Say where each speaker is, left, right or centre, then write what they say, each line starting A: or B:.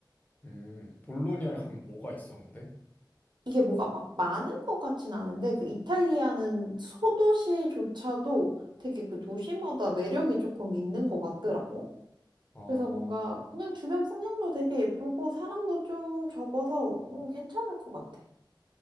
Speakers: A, on the left; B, on the right.
A: 음. 볼로냐에 가면 뭐가 있어, 근데?
B: 이게 뭐가 막 많은 것 같진 않은데 그 이탈리아는 소도시조차도 되게 그 도시마다 매력이 조금 있는 것 같더라고.
A: 아,
B: 그래서 뭔가 그냥 주변 풍경도 되게 예쁘고 사람도 좀 적어서 음, 괜찮을 것 같아.